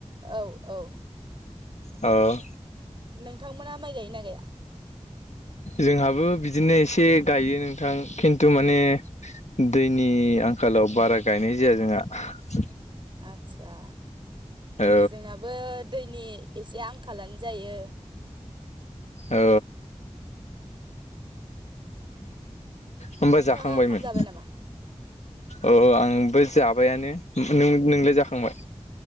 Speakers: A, on the right; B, on the left.
A: औ औ
B: औ
A: नोंथांमोना माइ गायोना गाया?
B: जोंहाबो बिदिनो एसे गायो नोंथां खिन्थु माने दैनि आंखालाव बारा गायनाय जाया जोंहा।
A: आदसा
B: औ
A: जोंनाबो दैनि एसे आंखा खालानो जायो।
B: औ होमबा
A: नोंथाङा
B: जाखांबायमोन?
A: ओंखाम जाबाय नामा
B: अ आंबो जाबायानो नों नोंलाय जाखांबाय?